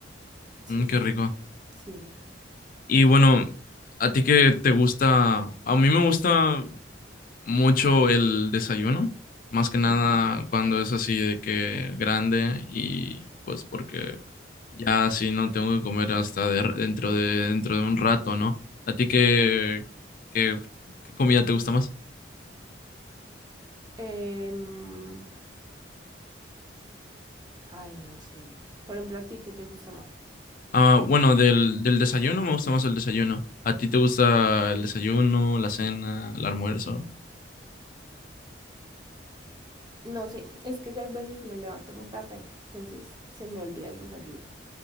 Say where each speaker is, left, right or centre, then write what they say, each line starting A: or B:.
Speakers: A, on the right; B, on the left.
A: Sí,
B: Mm, qué rico.
A: sí.
B: Y bueno, a ti que te gusta, a mí me gusta mucho el desayuno, más que nada
A: ujú.
B: cuando es así de que grande y pues porque ya así no tengo que comer hasta de- dentro de dentro de un rato, ¿no? ¿A ti qué, qué, qué comida te gusta más?
A: Em, ay, no sé. Por ejemplo, a ti, ¿qué te gusta más?
B: Ah, bueno, del, del desayuno me gusta más el desayuno. ¿A ti te gusta el desayuno, la cena, el almuerzo?
A: No sé, es que yo a veces me levanto muy tarde, entonces se me olvida el desayuno.